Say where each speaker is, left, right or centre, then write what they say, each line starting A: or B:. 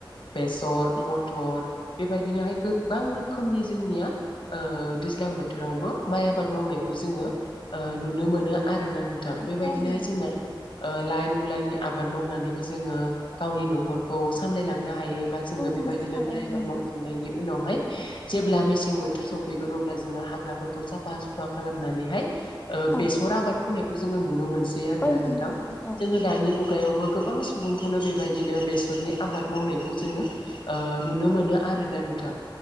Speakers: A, on the left; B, on the left.
A: बेसर मथर बेबायदिनोहाय गोबां रोखोमनि जोंनिया दैज्लां बोथोरावबो माइ आबाद मावनायखौ जोङो नुनो मोनो। आरो ना नोंथां बेबायदिनोहाय
B: औ नंगौ
A: जोंना लाइ मुलानि आबाद मावनानैबो जोङो गावनि न'खरखौ सामलायलांनो हायो। बा जोङो
B: औ नंगौ
A: बेबायदिनो
B: थारैनो
A: माइ आबाद
B: नोंथां
A: मावखांनायनि उनावहाय जेब्ला मेसें बोथोर सफैगोन अब्ला जोङो हाग्राफोरखौ साफा सुफा खालामनानैहाय बेसर
B: औ
A: आबाद फोनायखौ जोङो नुनो मोनसै आरोना
B: औ नंगौ
A: नोंथां
B: औ
A: जोङो दानि मुगायावबो गोबां सुबुंखौनो बेबायदिनो बेसरनि आबाद मावनायखौ जोङो नुनो मोनो आरो ना नोंथां